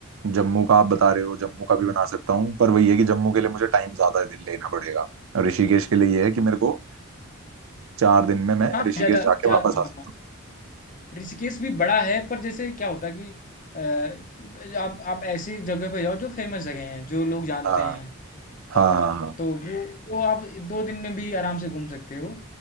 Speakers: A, on the right; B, on the left.
A: जम्मू का आप बता रहे हो जम्मू का भी बना सकता हूँ पर वही है कि जम्मू के लिए मुझे टाइम ज्यादा ले- लेना पड़ेगा और ऋषिकेश के लिए ये है कि मेरे को चार दिन में मैं
B: हाँ
A: ऋषिकेश
B: ज़्यादा
A: जाके
B: ज़्यादा
A: वापस आ सकता
B: हाँ ऋषिकेश भी बड़ा है पर जैसे क्या होता है कि अ, आप आप ऐसी जगह पे जाओ जो फेमस जगह हैं जो लोग
A: हूँ
B: जानते
A: हाँ
B: हैं
A: हाँ
B: अ,
A: हाँ हाँ
B: तो वो तो आप दो दिन में भी आराम से घूम सकते हो